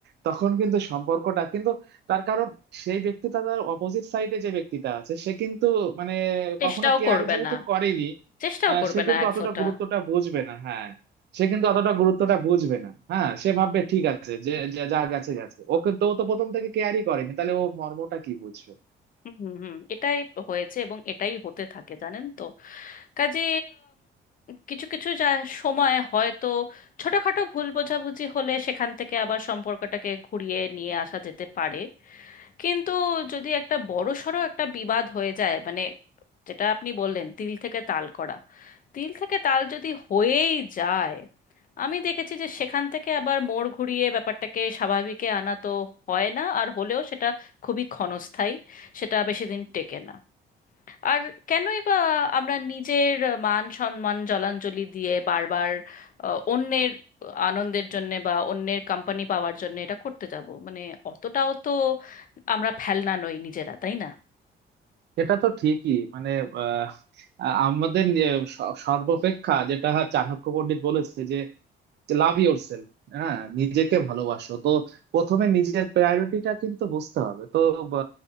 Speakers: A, on the right; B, on the left.
A: তখন কিন্তু সম্পর্কটা কিন্তু তার কারণ সেই ব্যক্তিটা তার অপোজিট সাইডে যে ব্যক্তিটা আছে সে কিন্তু মানে
B: চেষ্টাও
A: কখনো কেয়ার
B: করবে
A: যেহেতু
B: না
A: করেনি
B: চেষ্টাও
A: আহ,
B: করবে
A: সে কিন্তু
B: না এক
A: অতটা
B: ফোঁটা
A: গুরুত্বটা বুঝবে না হ্যাঁ সে কিন্তু অতটা গুরুত্বটা বুঝবে না হ্যাঁ সে ভাববে ঠিক আছে যে যে যা গেছে গেছে ও কিন্তু ও তো প্রথম থেকে কেয়ারই করেনি তাহলে ও মর্মটা কি বুঝবে
B: হুম হুম হুম, এটাই হয়েছে এবং এটাই হতে থাকে জানেন তো কাজে কিছু কিছু যা সময় হয়তো ছোটখাটো ভুল বোঝাবুঝি হলে সেখান থেকে আবার সম্পর্কটাকে ঘুরিয়ে নিয়ে আসা যেতে পারে কিন্তু যদি একটা বড়সড় একটা বিবাদ হয়ে যায় মানে যেটা আপনি বললেন তিল থেকে তাল করা তিল থেকে তাল যদি হয়েই যায় আমি দেখেছি যে সেখান থেকে আবার মোড় ঘুরিয়ে ব্যাপারটাকে স্বাভাবিকে আনা তো হয় না আর হলেও সেটা খুবই ক্ষণস্থায়ী সেটা বেশি দিন টেকে না আর কেনই বা আমরা নিজের মান সম্মান জলাঞ্জলি দিয়ে বারবার আহ, অন্যের আনন্দের জন্যে বা অন্যের কোম্পানি পাওয়ার জন্য এটা করতে যাব মানে অতটাও তো আমরা ফেলনা নই নিজেরা তাই না
A: এটা তো ঠিকই মানে আহ, আমাদের আহ, স- সর্বাপেক্ষা যেটা চাণক্য পণ্ডিত বলেছে যে যে লাভ ইয়োর সেলফ হ্যাঁ নিজেকে ভালোবাসো তো প্রথমে নিজের প্রায়োরিটিটা কিন্তু বুঝতে হবে তো বা,